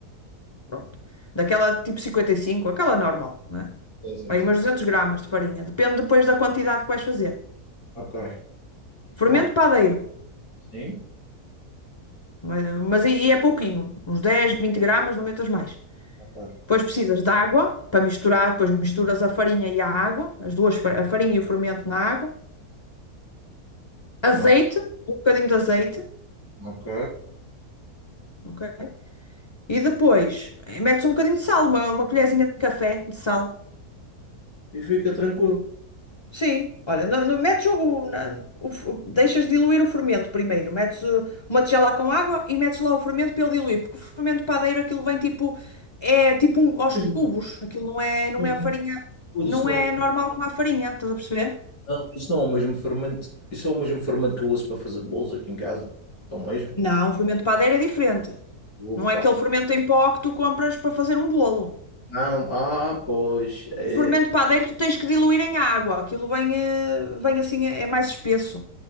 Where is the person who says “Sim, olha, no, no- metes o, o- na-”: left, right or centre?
Left